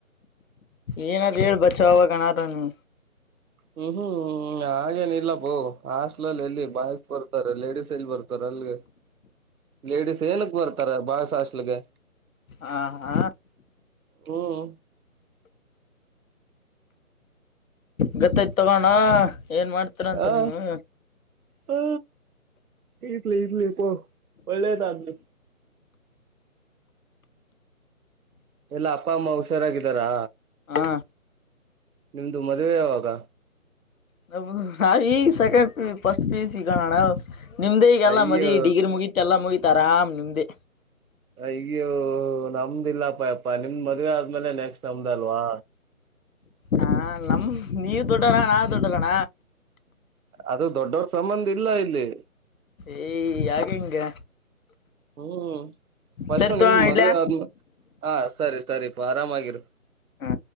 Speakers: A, on the left; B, on the right.
A: ಏನಾರ ಹೇಳ ಬಚಾವಾವಾಗನಾರ ನೀ
B: ಹ್ಮ್ ಹ್ಮ್ ಹಾಗೇನ ಇಲ್ಲಪ್ಪ ಹಾಸ್ಲಲ್ಲ ಎಲ್ಲಿ ಬ ಬರ್ತಾರ ಲೇಡಿಸಸ್ ಎಲ್ಲಿ ಬರ್ತಾರ ಅಲ್ಗೆ ಲೇಡಿಸಸ್ ಏನಕ್ ಬರ್ತಾರ ಬಾಳ ಸಾಸ್ಲ್ಗೆ
A: ಆ ಹ
B: ಹ್ಮ್
A: ಗತ್ತೈ್ತ ತಗೋಣ ಏನ್ ಮಾಡ್ತೀರಾ ಅಂತ
B: ಆ
A: ನೀವು
B: ಹ ಇಡ್ಲಿ ಇಡ್ಲಿ ಪ ಒಳ್ಳೆತ ಅಲಿ ಎಲ್ಲ ಅಪ್ಪ ಅಮ್ಮ ಹುಷಾರಾಗಿದ್ದಾರಾ
A: ಹ
B: ನಿಮ್ದು ಮದ್ುವೆ ಯಾವಾಗ
A: ನ ನಾವ ಈಗ ಸೆಕೆಂಡ್ ಪ ಫಸ್ಟ್ ಪಿ ಸಿ ಗಾನ ನಿಮ್ದ ಈಗ ಎಲ್ಲ
B: ಅಯ್ಯೋ
A: ಮದಿ ಡಿಗ್ರಿ ಮುಗಿಿತ ಎಲ್ಲ ಮುಗತ ತರಾಾಮ್ ನಿಂ್ದೆ
B: ಈಗ್ಯೂ ನಮ್ದ ಇಿಲ್ಲಪ್ಪಯಪ್ಪಾ ನಿಮ್ ಮದ್ವೆ ಆದ್ಮೇಲೆ ನೆಕ್ಸ್ಟ್ ಚಮ್ದಲ್ವಾ
A: ಹಾ ನಮ ನೀವ ದೊಡ್ಡರ ನಾ ೊಡ್ಡರಣ
B: ಅದು ದೊಡ್ಡವರ ಸಂಬಂಧ ಇಲ್ಲ ಇಲ್ಲಿ
A: ಏಯ್ ಯಾಕೆ ಹಿಂಗ
B: ಹ್ಮ್ ಫಸ್ು
A: ಸರಿ ತೋಣ
B: ನಿಮ ಮದ್ವೆ
A: ಇಡ್ಲ್ಯಾ?
B: ಆದ ಹ ಸರಿ ಸರಿ ಆರಾಮ ಆಾಗಿರ
A: ಹಾ.